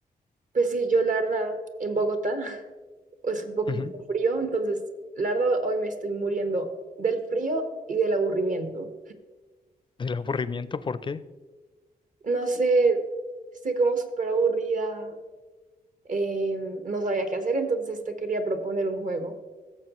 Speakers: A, on the right (about 55°); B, on the left (about 30°).
A: Pues sí, yo la verdad, en Bogotá <laughs> es un poquito
B: Ujú.
A: frío, entonces la verdad hoy me estoy muriendo del frío y del aburrimiento.
B: ¿Del aburrimiento por qué?
A: No sé, estoy como súper aburrida, eh, no sabía qué hacer, entonces te quería proponer un juego.